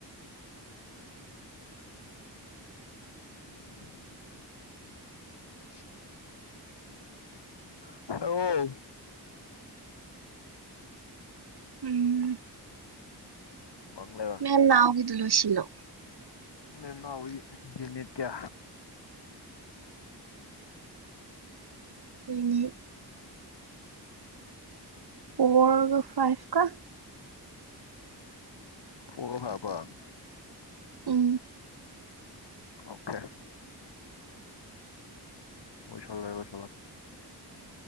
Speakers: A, on the left (about 90°); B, on the right (about 70°).
A: <unintelligible> ꯎ ꯍ
B: ꯎꯝ
A: ꯃꯪ ꯂꯩꯕ
B: ꯃꯦꯝ ꯅꯥꯎꯒꯤꯗꯨ ꯂꯣꯏꯁꯤꯜꯂꯣ
A: ꯃꯦꯝ ꯅꯥꯎꯒꯤ ꯌꯨꯅꯤꯠ ꯀ꯭ꯌꯥ
B: ꯑꯅꯤ ꯐꯣꯔꯒ ꯐꯥꯏꯚ ꯀ
A: ꯐꫭꯔꯒ ꯐꯥꯏꯐꯀ
B: ꯎꯝ
A: ꯑꯣꯀꯦ ꯑꯣꯏꯁꯜꯂꯦ ꯂꫭꯏꯁꯜꯂꯦ